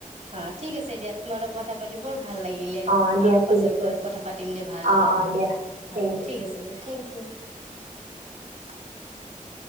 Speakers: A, on the right (about 55°); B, on the right (about 80°).
A: অ ঠিক আছে দিয়া তোমাৰ লগত কথা পাতি বৰ ভাল লাগিলে
B: অঁ দিয়া
A: আৰু
B: ঠিক
A: পাছত
B: আছে
A: গৈ কথা পাতিম দে ভালদৰে
B: অঁ অঁ দিয়া
A: হয়
B: থেংক ইউ
A: ঠিক আছে দে। Thank U <unintelligible>